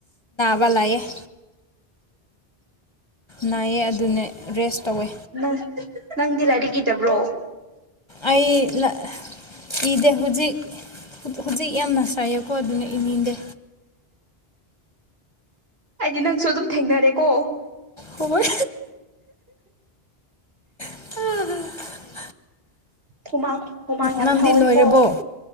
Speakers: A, on the left; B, on the right.
A: ꯕꯂꯑꯦ <unintelligible> ꯅꯥꯏꯌꯦ ꯑꯗꯨꯅꯦ ꯔꯦꯁ ꯇꯧꯋꯦ
B: ꯎ <unintelligible> <inaudible> ꯅꯪꯗꯤ ꯂꯥꯏꯔꯤꯛ ꯏꯗꯕ꯭ꯔꯣ
A: ꯑꯩ ꯂ <unintelligible> ꯏꯗꯦ ꯍꯧꯖꯤꯛ ꯍꯧꯖꯤꯛ ꯌꯥꯝꯅ ꯁꯥꯏꯌꯦꯀꯣ ꯑꯗꯨꯅ ꯏꯅꯤꯡꯗꯦ
B: ꯑꯩꯗꯤ ꯅꯪꯁꯨ ꯑꯗꯨꯝ ꯊꯦꯡꯅꯔꯦꯀꯣ
A: ꯍꯣꯢ ꯑꯥ
B: ꯍꯨꯃꯥꯡ ꯍꯨꯃꯥꯡ ꯌꯥꯝ
A: ꯅꯪꯗꯤ
B: ꯁꯧꯋꯦꯀꯣ
A: ꯂꯣꯏꯔꯕꯣ